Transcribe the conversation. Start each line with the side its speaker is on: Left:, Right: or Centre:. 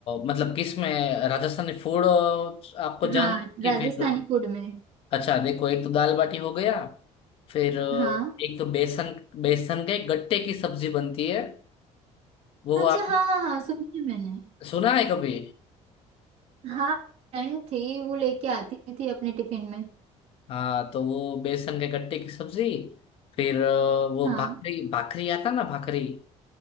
Left: मतलब किस में राजस्थानी फूड आपको जानना
Right: हाँ
Left: है कि
Right: राजस्थानी
Left: फिर
Right: फूड में
Left: अच्छा देखो एक तो दाल बाटी हो गया फिर अ,
Right: हाँ
Left: एक तो बेसन बेसन के गट्टे की सब्जी बनती है वो
Right: अच्छा
Left: आप
Right: हाँ हाँ हाँ सुनी है मैंने
Left: सुना है कभी
Right: हाँ फ्रेंड थी वो लेके आती थी अपने टिफिन में
Left: हाँ तो वो बेसन के गट्टे की सब्जी फिर अ, वो
Right: हाँ
Left: भाखरी भाखरी आता ना भाखरी